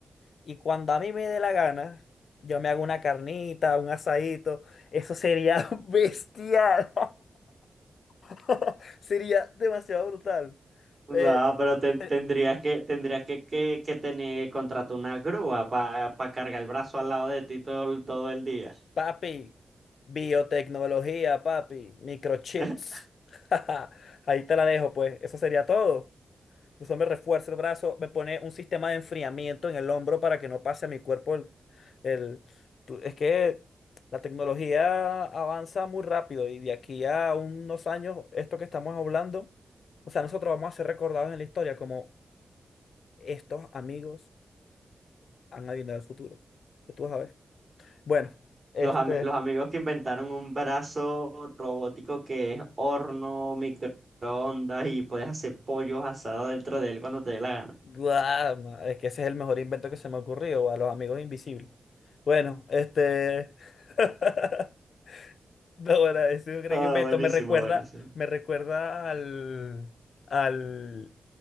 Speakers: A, on the left; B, on the right.
A: Y cuando a mí me dé la gana, yo me hago una carnita, un asadito. Eso sería <laughs> bestial. <laughs> Sería demasiado brutal.
B: No,
A: Eh,
B: pero te-
A: eh,
B: tendrías que, tendrías que, que, que tener, contratar una grúa para cargar el brazo al lado de ti todo, el- todo el día.
A: papi, biotecnología, papi, microchips.
B: <laughs>
A: <laughs> Ahí te la dejo, pues. Eso sería todo. Incluso me refuerza el brazo, me pone un sistema de enfriamiento en el hombro para que no pase a mi cuerpo el, el- tú- Es que la tecnología avanza muy rápido y de aquí a unos años, esto que estamos hablando, o sea, nosotros vamos a ser recordados en la historia como estos amigos han adivinado el futuro. Que tú vas a ver. Bueno, este...
B: Los, ami- los amigos que inventaron un brazo robótico que es horno, microondas y puedes hacer pollos asados dentro de él cuando te dé la gana.
A: guau, ma- es que ese es el mejor invento que se me ha ocurrido, a los amigos invisibles. Bueno, este... <laughs> No, ahora, ese gran
B: Ah,
A: invento
B: buenísimo,
A: me recuerda,
B: buenísimo.
A: me recuerda al, al,